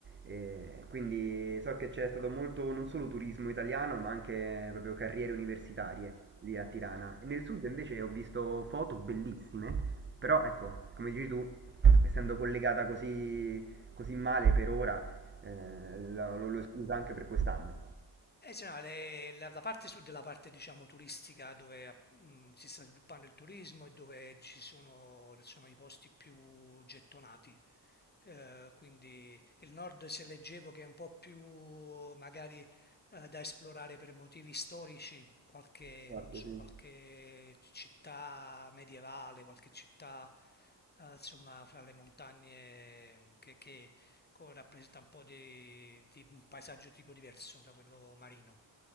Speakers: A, on the right (about 30°); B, on the left (about 25°).
A: Eh, quindi so che c'è stato molto non solo turismo italiano, ma anche proprio carriere universitarie lì a Tirana. E nel sud invece ho visto foto bellissime, però ecco, come dici tu, essendo collegata così, così male per ora, eh, lo, lo lo scusa anche per quest'anno.
B: Eh, sì, no, le- la, la parte sud è la parte, diciamo, turistica dove eh, mh, si sta sviluppando il turismo e dove ci sono, insomma, i posti più gettonati. Eh, quindi il nord, se leggevo, che è un po' più magari eh, da esplorare per motivi storici, qualche,
A: Esatto,
B: non so,
A: sì.
B: qualche città medievale, qualche città, eh, insomma, fra le montagne che che- co- rappresenta un po' di, di un paesaggio tipo diverso da quello marino.